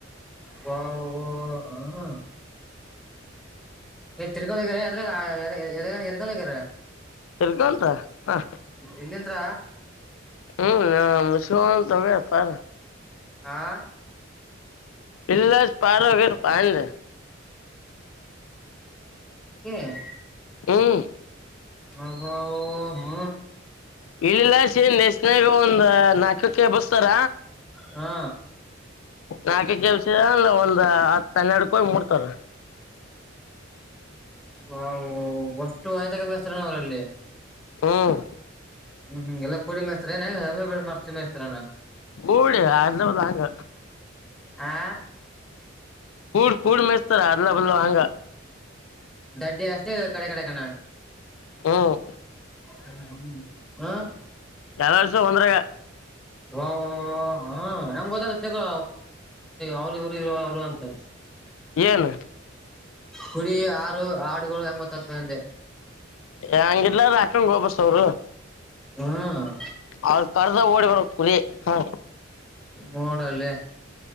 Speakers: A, in the centre; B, on the left.
A: ವಾ ವಾ. <unintelligible> <unintelligible>
B: ತಿಲ್ಕಂತ ಹ.
A: ಇಲ್ಲಿಂತ್ರ
B: ಹ್ಮು ನಾ <unintelligible> ಪಾರ್.
A: ಆ.
B: ಇಲ್ಲಸ್ ಪಾರ್. <unintelligible>
A: <inaudible>
B: ಹ್ಮ್
A: ಅಬೂ ಓ ಹ್.
B: ಇಲ್ಲಾಸೆ ನೆಸ್ನರ್ ಒಂದ್ ನಾಕಕ್ಕೆ ಎಬಸ್ತಾರ.
A: ಹಾ
B: ನಾಕಕ್ ಎಬ್ಬಿಸಿರಂದ್ರ ಒಂದ್ ಹತ್ತ, ಹನ್ನ್ಯಾಡಕ್ ಹೋಗಿ ಮೂಡ್ತಾರ.
A: ನಾವು <unintelligible> ಅವ್ರಲ್ಲಿ.
B: ಹ್ಮ್
A: ಹ್ಮು ಹ್ಮು ಎಲ್ಲಾ ಕೂಡಿ ಮೆಸ್ತೀರ ಏನ ಹೆಂಗ್ ಹಂಗ್ ಬಿಟ್ಟ ಮಸ್ ಮೆಸ್ತೀರನಾ.
B: ಕೂಡಿ <unintelligible> ಹಾಂಗ್.
A: ಆ
B: ಕೂಡ್ ಕೂಡಿ ಮೇಸ್ತಾರ ಅಲ್ಲ ಬಲ್ಲ ಹಾಂಗ್.
A: ದಡ್ಡಿ ಅಷ್ಟೇ ಕಡೆ ಕಡೆ ಕಣ.
B: ಹ್ಮ್
A: ಹ್ಮ ಹಾ.
B: ಎಲ್ಲರ್ಸ ಒಂದ್ರಗ.
A: ಓ ಹ ಹೆಂಗ್ ಗೊತ್ತಾಗತ್ ಒು ಅವರು ಇವ್ರು ಇ ಅವರು ಅಂತ.
B: ಏನ್.
A: ಕುಡಿ ಆರು ಆಡುಗಳು ಹೆಂಗ ಗೊತ್ತತತಂದೆ.
B: ಹೆಂಗಲ್ಲ ಅಕ್ಕೊಂಡ ಗೋಪಸ್ ಅವರು.
A: ಹ್ಮ್
B: ಅವ್ರ ಕರ್ದ ಓಡಿ ಬ ಕುರಿ ಹ.
A: ನೋಡಲೆ.